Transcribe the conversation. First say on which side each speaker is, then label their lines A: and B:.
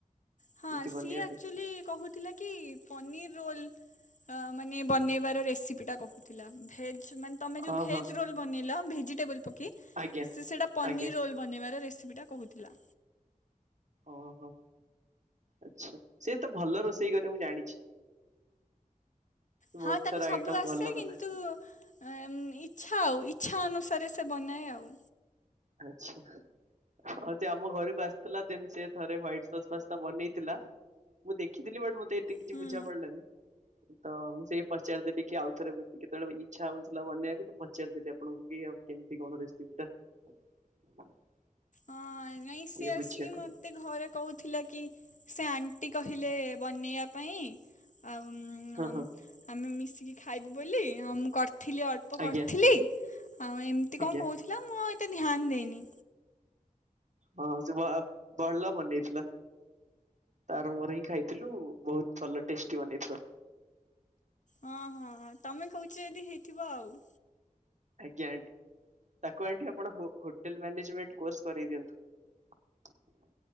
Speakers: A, on the left; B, on the right.
A: ହଁ
B: ଏମିତି
A: ସିଏ
B: ବନେଇବା
A: ଆକ୍ଟୁଲି
B: ପାଇଁ
A: କହୁଥିଲା କି ପନିର ରୋଲ ଅ ମାନେ ବନେଇବାର ରେସିପିଟା କହୁଥିଲା ଭେଜ ଜ ମାନେ ତମେ ଯୋଉ
B: ଓହୋ
A: ଭେଜ ରୋଲ ବନେଇଲ ଭେଜିଟେବୁଲ ପକେଇ
B: ଆଜ୍ଞା
A: ସେ ସେଟା ପନିର
B: ଆଜ୍ଞା
A: ରୋଲ ବନେଇବାର ରେସି ପି ଟା କହୁଥିଲା।
B: ଓହୋ ଆଚ୍ଛା ସେ ତ ଭଲ ରୋଷେଇ କରେ ମୁଁ ଜାଣିଛି। ସେ
A: ହଁ
B: ବହୁତ
A: ତାକୁ
B: ସାରା
A: ସବୁ
B: ଆଇଟମ
A: ଆସେ
B: ଭଲ ବନାଏ
A: କିନ୍ତୁ ଅଁ ଏଁ ଉଁ ଇଚ୍ଛା ଆଉ ଇଚ୍ଛା ଅନୁସାରେ ସେ ବନାଏ ଆଉ।
B: ଆଚ୍ଛା ଆଉ ସେ ଆମ ଘରୁକୁ ଆସିଥିଲା ଦେନ ସେ ଥରେ ହ୍ବାଇଟ ସସ ପାସ୍ତା ବନେଇଥିଲା। ମୁଁ ଦେଖିଥିଲି ବଟ ମତେ ଏତେ କିଛି
A: ହୁଁ
B: ବୁଝା ପଡିଲାନି। ତ ମୁଁ ସେଇ ପଚାରିଦେଲି କି ଆଉ ଥରେ ଯଦି କେତେବେଳେ ଇଚ୍ଛା ହଉଥିଲା ବନେଇଆକୁ ତ ପଚାରିଦେଲି ଆପଣଙ୍କୁ କି ଆଉ କେମିତି କଣ ରେସିପି ଟା। <inaudible>
A: ହଁ ନାଇଁ ସିଏ
B: ଇଏ
A: ଆସିକି
B: ବୁଝିବାକୁ
A: ମତେ ଘରେ କହୁଥିଲା କି ସେ ଆଣ୍ଟି କହିଲେ ବନେଇଆ ପାଇଁ ଆଉ ଉଁ
B: ହଁ
A: ଅଁ
B: ହଁ
A: ଆମେ ମିଶି କି ଖାଇବୁ ବୋଲି ଅଁ ମୁଁ କର ଥିଲି ଅଳ୍ପ
B: ଆଜ୍ଞା
A: କରିଥିଲି ଆଉ ଏମତି କଣ
B: ଆଜ୍ଞା
A: କହୁଥିଲା ମୁଁ ଆଉ ଏତେ ଧ୍ୟାନ ଦେଇନି।
B: ହଁ ସେ ବ ଭଲ ବନେଇଥିଲା। ତାର ମୋର ହିଁ ଖାଇଥିଲୁ ବହୁତ ଭଲ ଟେଷ୍ଟି ବନେଇଥିଲା।
A: ହଁ ହଁ ହଁ ତମେ କହୁଛ ଯଦି ହେଇଥିବ ଆଉ।
B: ଆଜ୍ଞା ଆଣ୍ଟି ତାକୁ ଆଣ୍ଟି ଆପଣ ହୋ ହୋଟେଲ ମ୍ୟାନେଜମେଣ୍ଟ କୋର୍ସ କରଇ ଦିଅନ୍ତୁ।